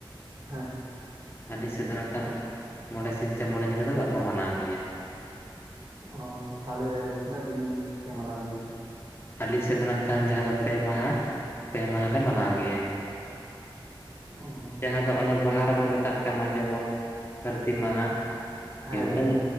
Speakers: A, on the right; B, on the left.
A: ᱦᱮᱸ
B: ᱦᱟᱹᱞᱤ ᱥᱮᱫ ᱫᱚ ᱱᱟᱜ ᱠᱷᱟᱱ ᱢᱚᱬᱮ ᱥᱤᱧ ᱥᱮ ᱢᱚᱬᱮ ᱧᱤᱫᱟᱹ ᱫᱚ ᱵᱟᱠᱚ ᱢᱟᱱᱟᱣ ᱜᱮᱭᱟ
A: ᱚ ᱛᱟᱦᱚᱞᱮ ᱛᱤᱱᱟᱹᱜ ᱫᱤᱱ ᱯᱮ ᱢᱟᱱᱟᱣ ᱜᱮᱭᱟ
B: ᱟᱹᱞᱤᱧ ᱥᱮᱫ ᱫᱚ ᱠᱷᱟᱱ ᱡᱟᱦᱟᱸ ᱫᱚ ᱯᱮ ᱢᱟᱦᱟ ᱯᱮ ᱢᱟᱦᱟ ᱞᱮ ᱢᱟᱱᱟᱣ ᱜᱮᱭᱟ
A: ᱚᱸ
B: ᱡᱟᱦᱟᱸ ᱫᱚ ᱚᱱᱮ ᱵᱟᱦᱟ ᱨᱮᱵᱚᱱ ᱢᱮᱛᱟᱜ ᱠᱟᱱᱟ ᱡᱮᱢᱚᱱ ᱥᱟᱹᱨᱫᱤ ᱢᱟᱦᱟ ᱤᱭᱟᱹ
A: ᱦᱮᱸ ᱦᱮᱸ
B: ᱩᱢ